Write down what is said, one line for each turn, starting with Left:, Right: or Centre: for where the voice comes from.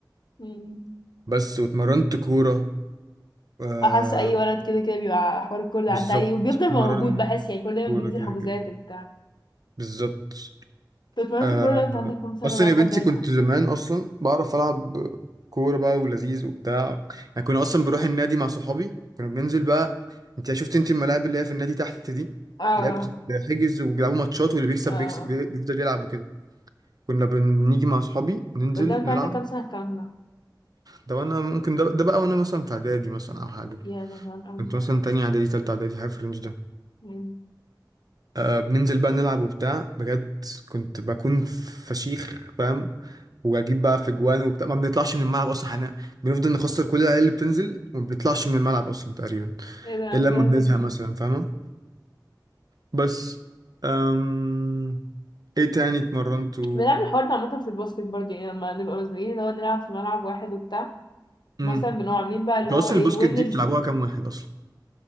Left: امم
Right: بس واتمرنت كورة آه
Left: احس اي ولد كده كده بيبقى حوار الكل
Right: بالظبط
Left: عدى عليه وبيفضل
Right: مرن
Left: موجود بحس يعني كل دايما
Right: كورة
Left: بينزل
Right: كده
Left: حجوزات
Right: كده
Left: وبتاع
Right: بالظبط
Left: طب اتمرنت
Right: آه
Left: كل ده انت عندك كام سنه
Right: أصلا
Left: بقى
Right: يا
Left: لحد
Right: بنتي
Left: امتى
Right: كنت زمان أصلا بعرف ألعب كورة بقى ولذيذ وبتاع يعني كنا أصلا بروح النادي مع صحابي كنا بننزل بقى أنت شفت أنت الملاعب اللي هي في النادي تحت دي
Left: اه
Right: اللي هي بتتحجز وبيلعبوا ماتشات واللي بيكسب
Left: اه
Right: بيكسب بي- بيفضل يلعب وكده كنا بنيجي مع صحابي ننزل
Left: بس ده انت
Right: نلعب
Left: عندك كام سنه الكلام ده
Right: ده وأنا ممكن ده, ده بقى وأنا مثلا في إعدادي مثلا أو حاجة
Left: يا ده زمان قوي
Right: كنت مثلا تانية إعدادي تالتة إعدادي حاجة في الرينج ده
Left: مم.
Right: آه بننزل بقى نلعب وبتاع بجد كنت بكون فشيخ فاهم واجيب بقى في جوان وبتاع ما بنطلعش من الملعب اصلا احنا بنفضل نخسر كل العيال اللي بتنزل وما بنطلعش من الملعب اصلا تقريبا
Left: ايه ده
Right: الا لما
Left: ده
Right: بنزهق
Left: ده انت
Right: مثلا فاهمه بس أم... ايه تاني اتمرنتوا
Left: بنعمل الحوار ده عامة في الباسكت برضه يعني لما نبقى مزنوقين اللي هو نلعب في ملعب واحد وبتاع
Right: امم
Left: مثلا بنبقى عاملين بقى اللي
Right: انتوا
Left: هو
Right: اصلا
Left: ايه
Right: البوسكت
Left: وينرز
Right: دي بتلعبوها كام واحد اصلا